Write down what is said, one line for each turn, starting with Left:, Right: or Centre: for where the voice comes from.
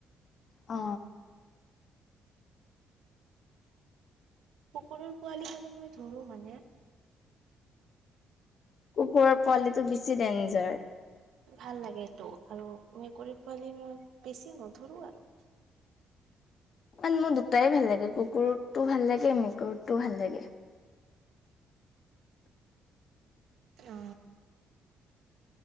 Left: অ,
Right: কুকুৰৰ পোৱালি হ'লে মই ধৰো মানে।
Left: কুকুৰৰ পোৱালিটো বেছি ডেঞ্জাৰ।
Right: ভাল লাগে এইটো আৰু মেকুৰী পোৱালি মই বেছি নধৰো আৰু
Left: কাৰণ মোৰ দুটাই ভাল লাগে কুকুৰটো ভাল লাগে মেকুৰীটো ভাল লাগে।
Right: অ।